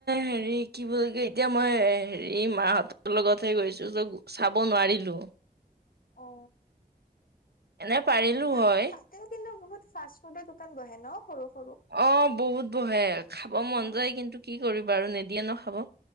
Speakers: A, on the right; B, on the left.
A: হেৰি কি বুলি কৈ এতিয়া মই হেৰি মাহঁতৰ লগতহে গৈ ছো যে চাব নোৱাৰিলো
B: অ
A: এনে পাৰিলো
B: ত
A: হয়
B: তাতেও কিন্তু বহুত ফাষ্ট ফুডৰ দোকান বহে ন সৰু
A: অ বহুত বহে খাব মন
B: অ
A: যায় কিন্তু কি কৰিব আৰু নিদিয়ে নখাব